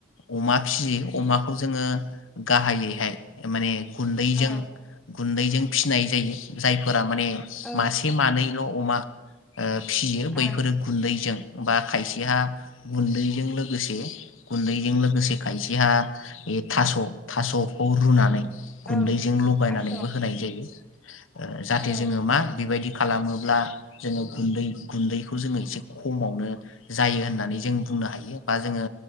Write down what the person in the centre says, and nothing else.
औ
औ
ओं
औ
थास' औ
औ